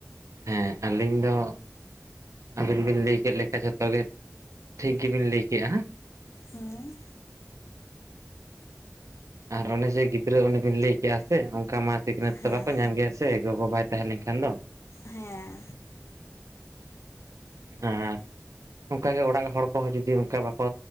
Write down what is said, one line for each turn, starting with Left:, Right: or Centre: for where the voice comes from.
Right: ᱦᱮᱸ ᱟᱹᱞᱤᱧ ᱫᱚ ᱟᱵᱤᱱ ᱵᱤᱱ ᱞᱟᱹᱭ ᱠᱮᱫ ᱞᱮᱠᱟ ᱡᱷᱚᱛᱚᱜ ᱜᱮ ᱴᱷᱤᱠ ᱜᱮᱵᱤᱱ ᱞᱟᱹᱭ ᱠᱮᱫᱼᱟ
Left: ᱦᱩᱸ
Right: ᱟᱨ ᱚᱱᱮ ᱡᱮ ᱜᱤᱫᱽᱨᱟᱹ ᱚᱱᱮ ᱵᱤᱱ ᱞᱟᱹᱭ ᱠᱮᱜᱼᱟ ᱥᱮ ᱚᱱᱠᱟ ᱢᱟ ᱥᱤᱠᱷᱱᱟᱹᱛ
Left: ᱦᱮᱸ
Right: ᱫᱚ ᱵᱟᱠᱚ ᱧᱟᱢ ᱜᱮᱭᱟ ᱥᱮ ᱜᱚᱜᱚ ᱵᱟᱭ ᱛᱟᱦᱮᱸ ᱞᱮᱱᱠᱷᱟᱱ ᱠᱷᱟᱱ ᱫᱚ
Left: ᱦᱮᱸ
Right: ᱟᱨ ᱚᱱᱠᱟᱜᱮ ᱚᱲᱟᱜ ᱦᱚᱲ ᱠᱚᱦᱚᱸ ᱡᱩᱫᱤ ᱚᱱᱠᱟ ᱵᱟᱠᱚ